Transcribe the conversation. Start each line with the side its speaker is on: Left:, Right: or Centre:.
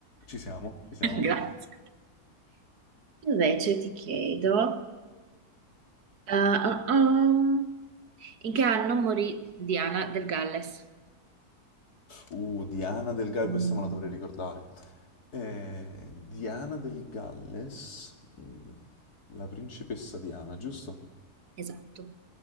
Left: Ci siamo, ci siamo.
Right: <laughs> Grazie. Invece ti chiedo... Ah, ah, ah. In che anno morì Diana del Galles?
Left: Uh, Diana del Galles,
Right: Mm,
Left: questa me la dovrei ricordare. Eh, Diana del Galles, mm, la principessa Diana, giusto?
Right: Esatto.